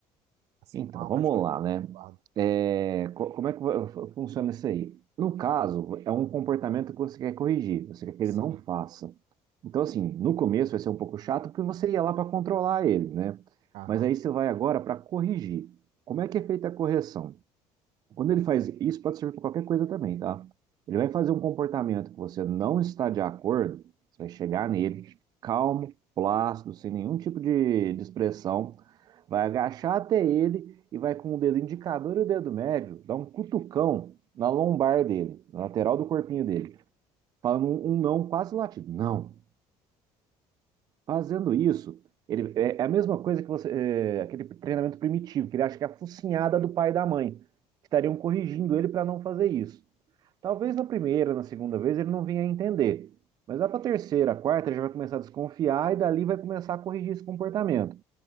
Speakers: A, on the right; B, on the right.
A: assim,
B: Então,
A: não é um
B: vamos
A: cachorro
B: lá, né?
A: de guarda.
B: É, co- como é que fu- fu- funciona isso aí? No caso, é um comportamento que você quer corrigir, você quer que
A: Sim.
B: ele não faça. Então, assim, no começo vai ser um pouco chato porque você ia lá para controlar ele, né?
A: Aham.
B: Mas aí você vai agora para corrigir. Como é que é feita a correção? Quando ele faz isso, pode servir para qualquer coisa também, tá? Ele vai fazer um comportamento que você não está de acordo, você vai chegar nele, calmo, plácido, sem nenhum tipo de, de expressão, vai agachar até ele e vai com o dedo indicador e o dedo médio dar um cutucão na lombar dele, na lateral do corpinho dele, falando um, um não quase latido. Não. Fazendo isso, ele é, é a mesma coisa que você, é, aquele treinamento primitivo, que ele acha que é a focinhada do pai e da mãe, que estariam corrigindo ele para não fazer isso. Talvez na primeira, na segunda vez ele não vinha a entender. Mas lá para a terceira, a quarta, ele já vai começar a desconfiar e dali vai começar a corrigir esse comportamento.